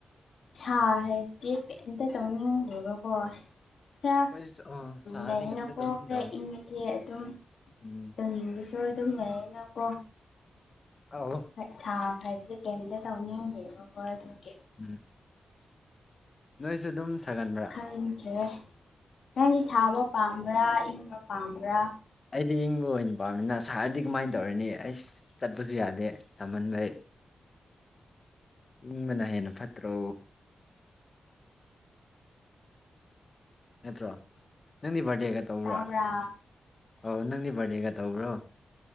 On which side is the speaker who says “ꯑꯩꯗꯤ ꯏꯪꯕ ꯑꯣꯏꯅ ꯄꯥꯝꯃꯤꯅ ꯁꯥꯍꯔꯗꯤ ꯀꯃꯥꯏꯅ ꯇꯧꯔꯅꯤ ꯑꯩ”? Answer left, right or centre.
Left